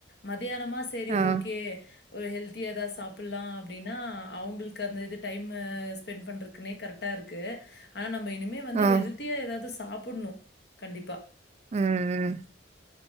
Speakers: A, on the left (about 60°); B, on the right (about 35°).
A: மத்தியானமா சரி
B: ஆ.
A: ஓகே ஒரு ஹெல்த் த்தியா ஏதாவது சாப்ட்லா அப்டின்னா அவுங்ள்க்கு அந்த இது டைம் ஸ்பெண்ட் பண்ற னே கரெக்டா இருக்கு ஆனா ந இனிமே வந்து
B: ஆ.
A: ஹெல்தியா ஏதாவது சாப் சாப்புணோ கண்டிப்பா
B: உம் உம்